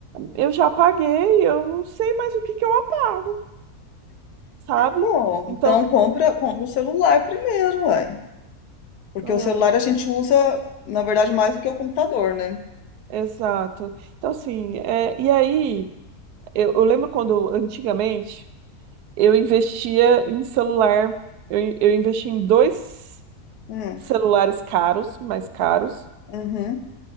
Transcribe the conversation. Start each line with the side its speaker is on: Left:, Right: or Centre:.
Right: eu já apaguei, eu não sei mais o que que eu apago, sabe?
Left: Bom,
Right: Então,
Left: então compra, compra o celular primeiro, ué. Porque
Right: eu-
Left: o celular a gente usa, na verdade, mais do que o computador, né?
Right: Exato. Então, assim, é, e aí, eu, eu lembro quando, antigamente, eu investia em celular, eu, eu investi em dois
Left: Hum,
Right: celulares caros, mais caros,
Left: uhum.